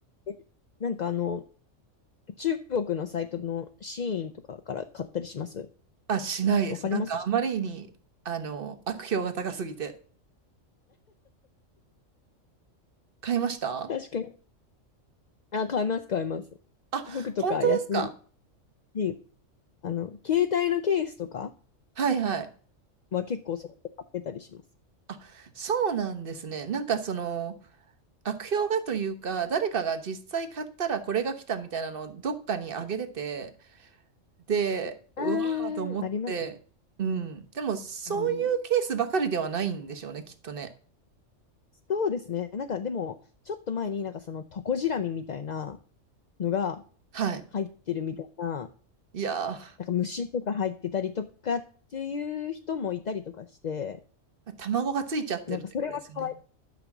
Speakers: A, on the left; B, on the right.
A: えなんかあの、中国のサイトのシーンとかから買ったりします
B: あ、しないです。
A: わかります
B: なんかあまりに、あの、悪評が高すぎて。買いました
A: 確かに。あ、買います、買います。
B: あ、
A: 服とか安い
B: 本当ですか
A: し、あの、携帯のケースとか
B: はいはい。
A: は結構そこで買ってたりします。
B: あ、そうなんですね。なんかその、悪評がというか、誰かが実際買ったらこれが来たみたいなのをどっかにあげてて、で、うわーと思って、
A: あー、あります。
B: うん。でも、そういうケースばかりではないんでしょうね、
A: うん、
B: きっとね。
A: そうですね。なんかでも、ちょっと前になんかそのトコジラミみたいな、のが
B: はい。
A: 入ってるみたいな、
B: いや
A: なんか虫とか入ってたりとかっていう人もいたりとかして、
B: ー、卵がついちゃってるってことですよね。
A: なんかそれはかわい、